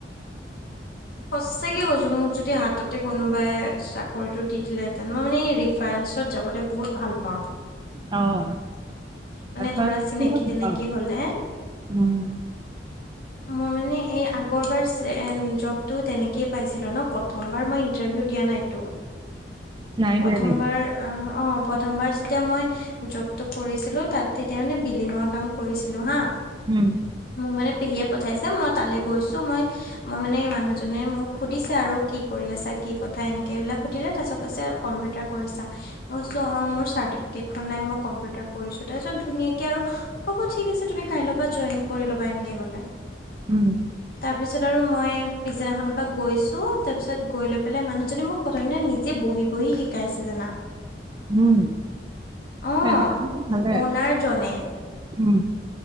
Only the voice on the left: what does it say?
সঁচাকে কৈছোঁ মোক যদি হাততে কোনোবাই চাকৰিটো দি দিলেহেঁতেন মই মানে ৰিফাৰেঞ্চত যাবলৈ বহুত ভাল পাওঁ।
মানে ধৰা চিনাকি তিনাকি
হ'লে
মই মানে এই আগৰবাৰ এ-জবটো তেনেকেইে পাইছিলোঁ ন প্ৰথমবাৰ মই ইণ্টাৰভিউ দিয়া নাই। তো
প্ৰথমবাৰৰ
অ অ, প্ৰথমবাৰ যেতিয়া মই জবতো কৰিছিলোঁ তাত তেতিয়া মানে বিলিঙৰ কাম কৰিছিলোঁ হা
মোক মানে পেহীয়ে পঠাইছে মই তালৈ গৈছোঁ মই মই মানে মানুহজনে মোক সুধিছে আৰু কি কৰি আছা কি কথা এনেকে এইবিলাক সুধিলে তাৰ পিছত কৈছে কম্পিউটাৰ কৰিছা মই কৈছো অ মোৰ চাৰ্টিফিকেটখন নাই, মই কম্পিউটাৰ কৰিছোঁ, তাৰ পাছত ধুনিয়াকে আৰু হ'ব ঠিক আছে, তুমি কাইল পা জইন কৰি ল'বা, এনেকে ক'লে।
তাৰ পিছত আৰু মই পিছদিনাখনৰ পৰা গৈছো, তাৰপিছত গৈ লৈ পেলাই মানুহজনী মোক- প্ৰথম দিনা নিজে বহি বহি, শিকাইছে জানা।
অঁ,
‌অওনাৰ জনে।